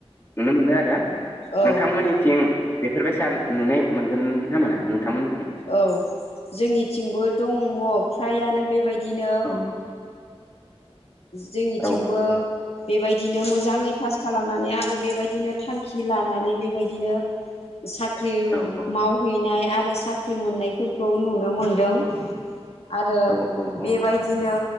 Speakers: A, on the left; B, on the left.
A: नुनो मोनो आरो।
B: औ
A: नोंथांमोननिथिं बेफोरबायसा नुनाय मोनगोन ना मोना? नोंथांमोन
B: औ जोंनिथिंबो दङ फ्रायानो बेबायदिनो
A: औ
B: जोंनिथिंबो
A: औ
B: बेबायदिनो मोजाङै पास खालामनानै आरो बेबायदिनो थांखि लानानै बेबायदिनो साख्रि
A: औ
B: मावहैनाय आरो साख्रि मोननायफोरखौ नुनो मोनदों। आरो
A: औ औ औ
B: बेबायदिनो